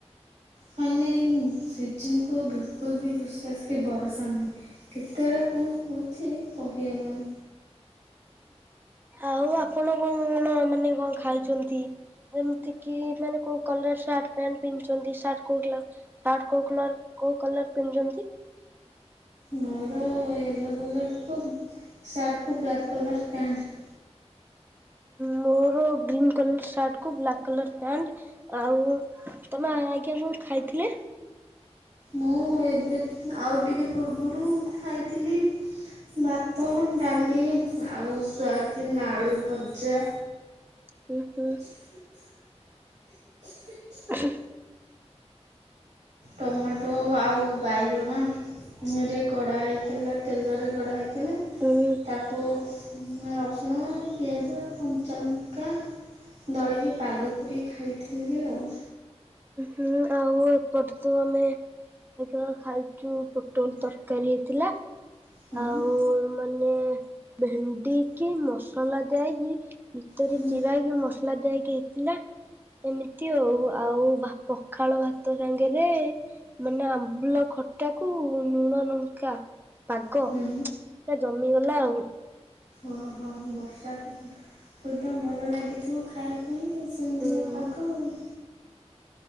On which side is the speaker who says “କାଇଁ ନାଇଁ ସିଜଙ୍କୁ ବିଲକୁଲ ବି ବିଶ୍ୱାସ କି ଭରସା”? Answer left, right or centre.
Right